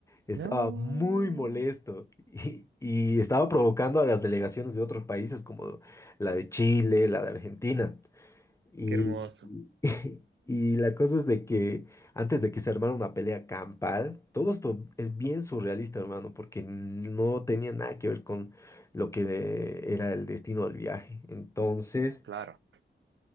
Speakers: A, on the left (about 15°); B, on the right (about 80°).
A: Estaba
B: No,
A: muy molesto y, y estaba provocando a las delegaciones de otros países como la de Chile, la de Argentina. Y,
B: qué hermoso.
A: <laughs> y la cosa es de que antes de que se armara una pelea campal, todo esto es bien surrealista, hermano, porque no tenía nada que ver con lo que era el destino del viaje. Entonces
B: Claro,